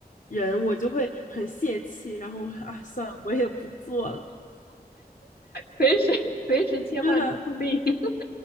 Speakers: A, on the left; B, on the left.
A: 人，我就会很泄气，然后啊，算了，我也不做了，
B: 随时随时切换场地。
A: 真的，
B: <laughs>